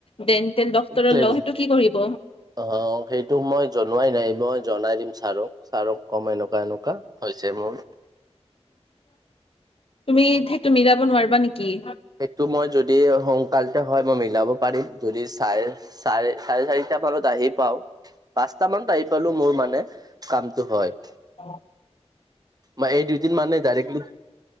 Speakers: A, on the left; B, on the right.
A: ডেণ্টেল ডক্টোৰৰ
B: প্লেন
A: ল সেইটো কি কৰিব।
B: অ সেইটো মই জনোৱাই নাই মই জনাই দিম ছাৰোক। ছাৰক ক'ম এনেকুৱা, এনেকুৱা হৈছে মোৰ।
A: তুমি সেটো মিলাব নোৱাৰিবা নেকি।
B: সেইটো মই যদি সোনকালতে হয় মই মিলাব পাৰিম যদি চাইচ চাৰে চাৰে চাৰিটা মানত আহিম পাও পাঁচটা মানত আহি পালো মোৰ মানে কামটো হয়
A: অ
B: মই এই দুদিন মানে ডাইৰেক্টলি